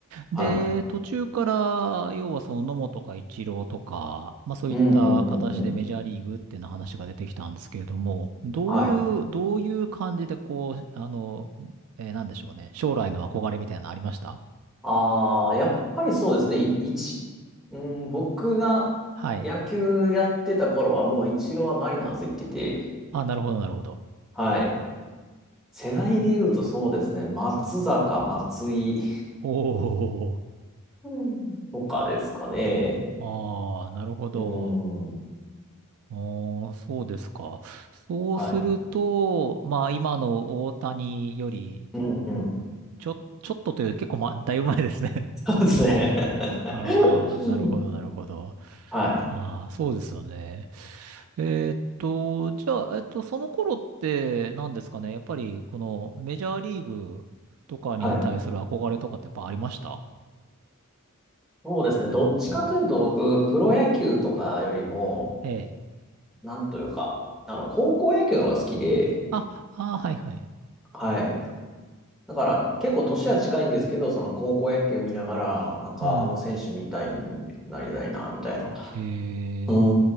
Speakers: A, on the right; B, in the centre.
A: で、
B: はい。
A: 途中から、要はその野茂とかイチローとか、まあそういった形でメジャーリーグっていうの話が出てきたんですけれども、
B: うん、うん、うん、うん。
A: どういう、
B: はい。
A: どういう感じでこう、あの、えーなんでしょうね、将来の憧れみたいなのありました
B: ああ、やっぱりそうですね。い、一、うん、僕が野球やってた頃はもうイチローはマリナーズ行ってて、
A: はい。あ、なるほど、なるほど。
B: はい。世代で言うとそうですね。松坂、松井
A: おお、
B: うんとかですかね。
A: ああ、なるほど。
B: うん。
A: おー、そうですか。そうすると、
B: はい。
A: まあ、今の大谷より、
B: うんうん
A: ちょ、ちょっとというより結構、ま、だいぶ前ですね。
B: そうですね。
A: <laughs>
B: <laughs>
A: ああ、なるほど、なるほど。
B: はい。
A: ああ、そうですよね。えーっと、じゃあ、えっと、その頃って何ですかね。やっぱり、このメジャーリーグとかに対する憧れとかってやっぱありました
B: はい。そうですね。どっちかというと、僕、プロ野球とかよりも、
A: ええ。
B: なんというか、あの、高校野球の方が好きで、
A: あ、ああ、はいはい。
B: はい。だから、結構年は近いんですけど、その高校野球見ながら、なんか、
A: うん。
B: あの選手みたいになりたいな、みたいな。
A: えー、
B: う